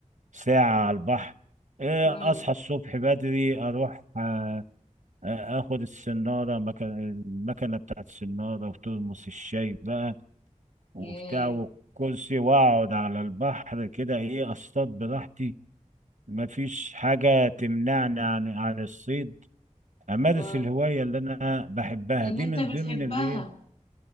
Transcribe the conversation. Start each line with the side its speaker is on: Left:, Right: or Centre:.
Right: ساعه على البحر إيه،
Left: اه
Right: اصحى الصبح بدري اروح آه، آه، اخد السناره مكان المكنه بتاعت السناره وترمس الشاي بقى وبتاع
Left: ياه
Right: والكرسي واقعد على البحر كده ايه اصطاد براحتي مفيش حاجة تمنعني عن عن الصيد أمارس
Left: اه
Right: الهواية اللي أنا بحبها
Left: ان
Right: دي
Left: انت
Right: من
Left: بتحبها
Right: ضمن الإيه